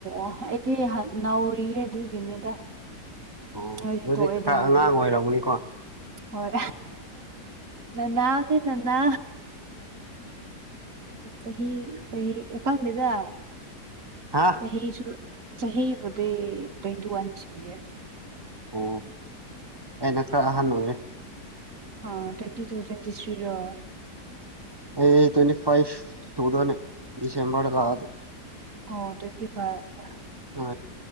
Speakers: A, on the right; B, on the right.
A: ꯑꯣ ꯑꯩꯗꯤ ꯅꯅꯥꯧꯔꯤꯌꯦ ꯑꯗꯨꯒꯤꯅꯤꯗ
B: ꯑꯣ
A: ꯅꯣꯏꯗꯤꯦ
B: ꯑꯗꯨꯗꯤ
A: ꯇꯣꯛꯑꯦꯗꯅꯗꯤ
B: ꯈꯔ ꯑꯉꯥꯡ ꯑꯣꯏꯔꯝꯒꯅꯤꯀꯣ
A: ꯍꯣꯏ ꯅꯅꯥ ꯅꯅꯥ ꯁ ꯁ ꯀꯪꯗ
B: ꯍꯥ
A: ꯍꯁꯨ ꯆꯍꯤꯍꯤꯦ ꯇ꯭ꯋꯦꯟꯇꯤ ꯋꯥꯟ꯭ꯔꯦ
B: ꯑꯣ ꯑꯩꯅ ꯈꯔ ꯑꯍꯟ ꯑꯣꯏꯔꯦ
A: ꯑ ꯇ꯭ꯋꯦꯟꯇꯤ ꯇꯨ ꯇ꯭ꯋꯦꯟꯇꯤ ꯊ꯭ꯔꯤ ꯔ
B: ꯑꯩꯋ ꯐꯥꯏꯚ ꯇꯨꯗꯅꯦ ꯗꯤꯁꯝꯕ ꯂꯗ
A: ꯑꯣ ꯇ꯭ꯋꯦꯟꯇꯤ ꯐꯥꯏꯚ
B: ꯍ